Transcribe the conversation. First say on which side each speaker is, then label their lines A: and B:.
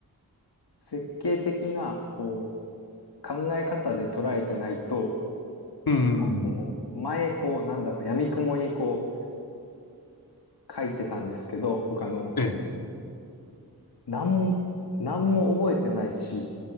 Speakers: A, on the left; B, on the left.
A: う、設計的な、こう、考え方で捉えてないと、
B: うん。
A: こう前、こう、なんだろう、闇雲にこう、書いてたんですけど、他の、
B: ええ。
A: なん、なんも覚えてないし、